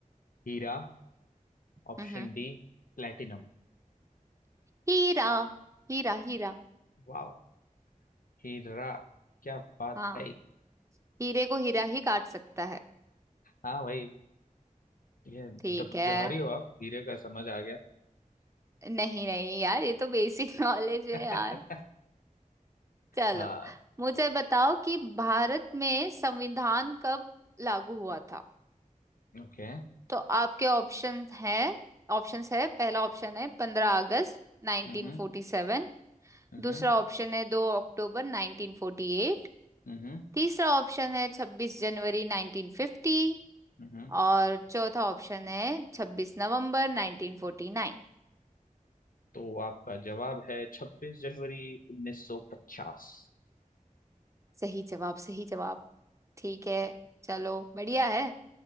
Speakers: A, on the left; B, on the right.
A: हीरा Option
B: हम्म
A: D platinum
B: हीरा हीरा हीरा
A: वाह हीरा क्या बात
B: हाँ
A: है
B: हीरे को हीरा ही काट सकता है
A: हाँ भाई ये मतलब
B: ठीक है
A: जौहरी हो आप हीरे का समझ आ गया
B: नहीं नहीं यार ये तो बेसिक <laughs> नॉलेज है
A: <laughs>
B: यार चलो
A: हाँ
B: मुझे बताओ कि भारत में संविधान कब लागू हुआ था
A: ओके
B: तो आपके ऑप्शन है ऑप्शंस है पहला ऑप्शन है पंद्रह अगस्त 1947
A: हम्म हम्म
B: दूसरा ऑप्शन है दो अक्टूबर 1948
A: हम्म
B: तीसरा ऑप्शन है छब्बीस जनवरी 1950
A: हम्म
B: और चौथा ऑप्शन है छब्बीस नवंबर 1949
A: तो आपका जवाब है छब्बीस जनवरी उन्नीस सौ पचास
B: सही जवाब सही जवाब ठीक है चलो बढ़िया है